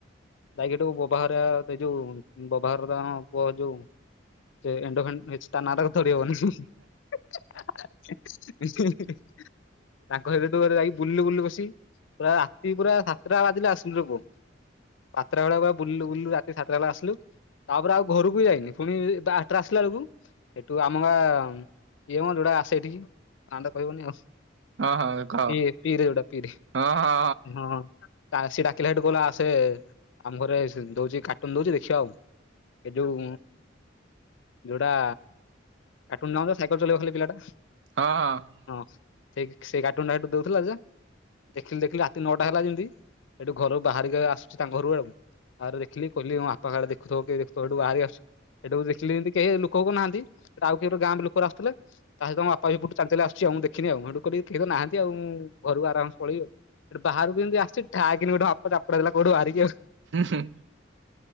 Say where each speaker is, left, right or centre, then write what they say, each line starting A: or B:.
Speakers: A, on the left (about 80°); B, on the right (about 65°).
A: ଯାଇକି ହେଠୁ ବବା ଘର, ସେ ଯୋଉ ବବା ଘର ଟା ହଁ ପୁଅ ଯୋଉ ସେ ଇଣ୍ଡୋଖାନ୍ ଏଚ୍ ତା ନାଁ ଟାକୁ ଧରିହବନି। ହେଁ -ହାଁ -ହାଁ -ହେଁ -ଉଁ -ହୁଁ- ହୁଁ। ତାଙ୍କ ଘରେ ହେଟୁ ଗୁରେ ଯାଇକି ବୁଲିଲୁ ବୁଲିଲୁ ବସି ପୁରା ରାତି ପୁରା ସାତ ଟା ବାଜିଲା ଆସିଲୁୁରେ ପୁଅ। ସାତଟା ବେଳେ ବା ବୁଲିଲୁ ବୁଲିଲୁ, ରାତି ସାତଟା ବେଳେ ଆସିଲୁ। ତାପରେ ଆଉ ଘରକୁ ବି ଯାଇନି। ଫୁଣି ବାଟେରେ ଆସିଲା ବେଳୁକୁ ସେଠୁ ଆମେ ଇଏ ମ ଯୋଉଟା ଆସେ ଏଠିକି। ନାଁ ଟା କହିହଉନି ଆଉ।
B: ହଁ କହ
A: ପି- ପି ରେ ଯୋଉଟା ପି ରେ
B: ହଁ ହଁ
A: ହଁ। ତା ସିଏ ଡାକିଲା ସେଠୁ କହିଲା ଆସେ, ଆମ ଘରେ ସି ଦଉଚି କାର୍ଟୁନ୍ ଦଉଚି ଦେଖିବା ଆଉ। ଏ ଯୋଉ ଯୋଉଟା କାର୍ଟୁନ୍ ନୁହଁ ତ ସାଇକଲ୍ ଚଲେଇବ ଖାଲି ପିଲାଟା?
B: ହଁ- ହଁ।
A: ହଁ ସେଇ ସେଇ କାର୍ଟୁନ୍ ଟା ହେଠୁ ଦଉଥିଲା ଯେ ଦେଖିଲି ଦେଖିଲି ରାତି ନଅଟା ହେଲା ଯେମିତି, ସେଠୁ ଘରୁ ବାହାରିକି ଆସୁଛି ତାଙ୍କ ଘରୁ ଆଉ ତାପରେ ଦେଖିଲି କିହିଲି ମୋ ବାପା କାଳେ ଦେଖୁଥବ କି ଦେଖିଦେବ, ହେଠୁ ବାହାରିକି ଆସୁ ସେଇଟୁ ଦେଖିଲି ଯେମତି କେହି ଲୋକ ଫୋକ ନାହାନ୍ତି, ସେଟା ଆଉ କିଏ ଗୋଟେ ଗାଁରୁ ବି ଲୋକ ଗୁରେ ଆସୁଥିଲେ ତା ସହିତ ମୋ ବାପା ବି ଚାଲି ଚାଲି ଆସୁଛି ଆଉ। ମୁଁ ଦେଖିନି ଆଉ ହେଠୁ ମୁଁ ଦେଖିଲି କେହି ତ ନାହାଁନ୍ତି। ଆଉ ମୁଁ ଘରକୁ ଆରାମ୍ ସେ ପଳେଇବି ଆଉ। ହେଠୁ ବାହାରକୁ ଯେମିତି ଆସିଛି, ଠାଇ କିନି ଗୋଟେ ମୋ ବାପା ଚାପୁଡ଼ା ଦେଲା କୋଉଠୁ ବାହାରିକି ଆଉ।
B: ହୁଁ- ହୁଁ।